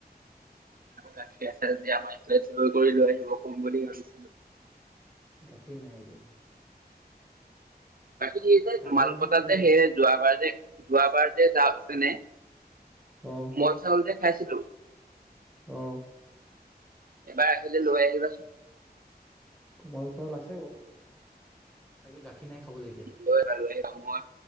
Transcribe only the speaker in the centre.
গাখীৰ নাই এতিয়া
ছাগলী
গাখীৰ
খাব
লাগিব
অ
অ
কোমল চাউল আছে বাৰ তাকে গাখীৰ নাই খাবলৈ এতিয়া